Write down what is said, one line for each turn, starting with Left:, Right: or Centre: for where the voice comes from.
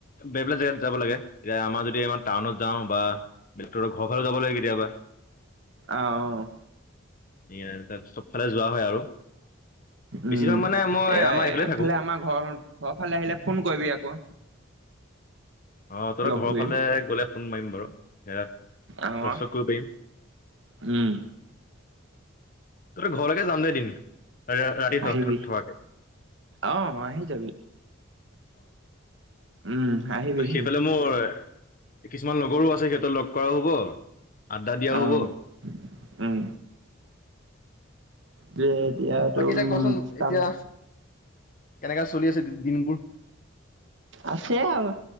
Left: বেগ বেলেগ জেগাত যাব লাগে, এতিয়া আমাৰ যদি আমাৰ টাউনত যাওঁ বা বে্টৰৰ ঘৰৰ ফালে যওঁ কব ল কেতিয়াবা
Right: অ' অ'
Left: <unintelligible> চবফালে যোৱা হয় আৰু। বেছিভাগ
Right: উম
Left: মানে মই
Right: এইব এফালে
Left: আমাৰ এইফালে থাকো
Right: আমাৰ ঘৰ ঘৰৰ ফালে আহিলে ফোন কৰিবি আকৌ।
Left: অ তহত
Right: লগ
Left: ঘৰৰ
Right: ধৰিম
Left: ফালে গলে ফোন মাৰিম বাৰু হেৰাত
Right: অ'।
Left: লগ সগ কৰিব পাৰিম <unintelligible>
Right: উম।
Left: ত ঘৰলৈকে যাম দে এদিন। ৰাতি থ
Right: আহিবি
Left: থ থকাকে ন?
Right: অ' আহি যাবি উম আহিবি আহিবি
Left: সেইফালে মোৰ কিছুমান লগৰো আছে সিহঁতৰ লগ কৰা হ'ব। আড্ডা দিয়াও
Right: অ'।
Left: হ'ব
Right: উম দে দিয় তো
Left: বাকী
Right: উম
Left: এতিয়া কচোন
Right: কাম
Left: এতিয়া কেনেকা চলি আছে দিনবোৰ?
Right: আছে আৰু